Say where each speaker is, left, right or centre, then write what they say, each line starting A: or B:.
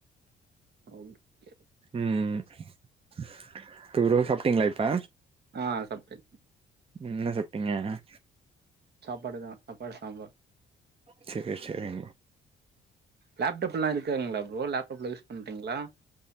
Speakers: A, on the right; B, on the right.
A: ஓகே
B: ம் ம் அப்ரோ ப்ரா சாப்ட்டீங்களா இப்ப
A: ஆ சாப்டே
B: ம் என்ன சாப்டீங்க ஆ
A: சாப்பாடு தா சாப்பாடு சாம்பார்
B: செரி செரிங் ப்ரோ
A: லேப்டாப்லா இருக்காங்ளா ப்ரோ லேப்டாப்ல யூஸ் பண்றீங்ளா